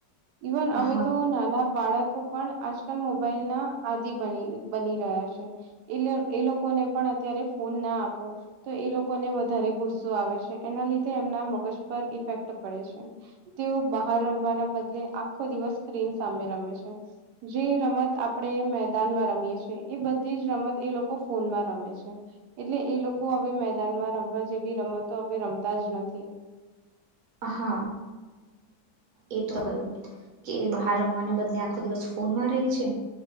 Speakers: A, on the right; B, on the right.
A: ઇવન
B: હા
A: હવે તો નાના બાળકો પણ આજકાલ મોબાઈલ ના આદિ બની બની રહ્યા છે. એ એ લોકોને પણ અત્યારે ફોન ના આપો. તો એ લોકોને વધારે ગુસ્સો આવે છે એના લીધે એમના મગજ પર ઇફેક્ટ પડે છે. તેઓ બહાર રમવાના બદલે આખો દિવસ સ્ક્રીન સામે રમે છે. જે રમત આપણે મેદાનમાં રમીએ છેએ એ બધી જ રમત એ લોકો ફોનમાં રમે છે. એટલે એ લોકો હવે મેદાનમાં રમવા જેવી રમતો હવે રમતા જ નથી.
B: હ હા. એ તો કહ્યું કે એ બહાર રમવાને બદલે આખો દિવસ ફોનમાં રહે છે.